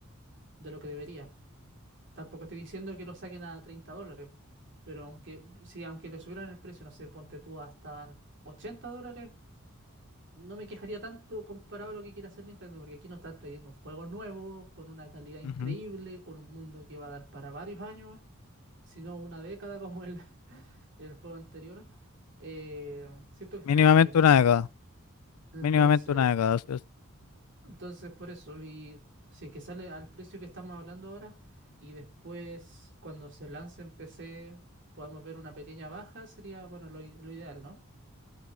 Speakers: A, on the right; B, on the left.
A: de lo que debería. Tampoco estoy diciendo que lo saquen a 30 dólares, pero aunque, si aunque le subieran el precio, no sé, ponte tú hasta 80 dólares, no me quejaría tanto comparado a lo que quiere hacer Nintendo, porque aquí nos están trayendo un juego nuevo, con una calidad increíble,
B: Ujú.
A: con un mundo que va a dar para varios años, si no una década como el, <laughs> el juego anterior. Eh, siento que está
B: Mínimamente
A: bien.
B: una década,
A: Entonces...
B: mínimamente una década. así es.
A: Entonces, por eso, y si es que sale al precio que estamos hablando ahora, y después cuando se lance en PC podamos ver una pequeña baja, sería, bueno, lo, i- lo ideal, ¿no?